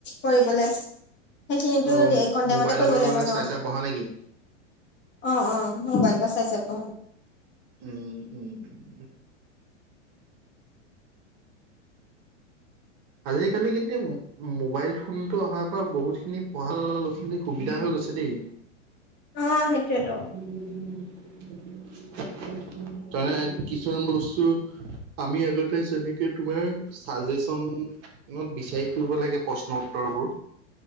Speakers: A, on the left; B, on the right.
A: কৰিবলে। সেইখিনিতো
B: অ,
A: কন টাইমতে
B: মোবাইলৰ
A: লাগিব
B: পৰা মানে
A: ন,
B: চাই চাই পঢ়া নেকি?
A: অ', অ', মোবাইলক চাই চাই পঢ়ো।
B: উম - উম - উম। আজে কালি কিন্তু মোবাইল ফোনতটো অহাৰ পৰা বহুতখিনি পঢ়া <unintelligible> লৰা ছোৱালী সুবিধা হৈ গৈছে দেই।
A: অ সেইটোৱেতো
B: উম, <unintelligible> তানে কিছুমান বস্তু আমি আগতে যেনেকে তোমাৰ চাজেচনত বিচাৰি ফুৰিব লাগে প্ৰশ্ন উত্তৰবোৰ।